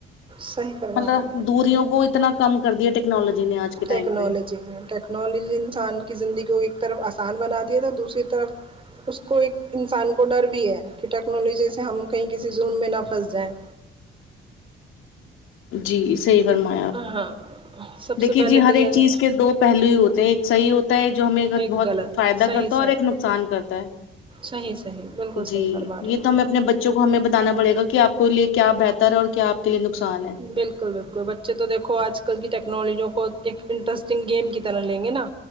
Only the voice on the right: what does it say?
صحیح فرما
رہے ہیں
ٹیکنالوجی
نے ٹیکنالوجی انسان کی زندگی کو ایک طرف آسان بنا دیا ہے تو دوسری طرف اس کو ایک انسان کو ڈر بھی ہے کہ ٹیکنالوجی سے ہم کہیں کسی ظلم میں نہ پھنس جائیں
ہاں سب
سے پہلے
تو یہ
ایک
غلط
ہے۔ صحیح
صحیح
صحیح صحیح بالکل صحیح
فرما رہے
ہیں
بالکل بالکل بچے تو دیکھو آج کل کی ٹیکنالوجیوں کو ایک انٹرسٹنگ گیم کی طرح لیں گے نا